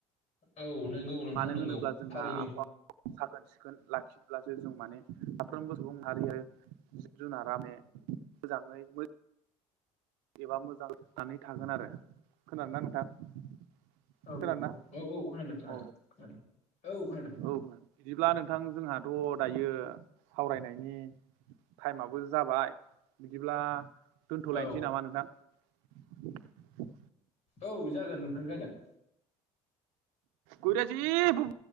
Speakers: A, on the left; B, on the right.
A: औ नोंगौ नोंथां
B: मानो
A: नोंगौ
B: होनोब्ला जोंहा
A: थारैनो
B: आबहावा साखोन सिखोन लाखिब्लासो जों माने साफ्रोमबो सुबुं माहारि आरो जिब-जुनारा ने मोजाङै मै एबा मोजांनानै थागोन आरो खोनादोंना नोंथां?
A: औ
B: खोनादोंना
A: औ औ औ खोनादों खोनादों
B: औ
A: खोनादों औ खोनादों
B: औ खोनादों। बिदिब्ला नोंथां जोंहाथ' दायो सावरायनायनि टाइमाबो जाबाय बिदिब्ला दोन्थ'लायनोसै
A: औ
B: <unintelligible>
A: औ जागोन नोंथां जागोन।
B: गुरु जि बुब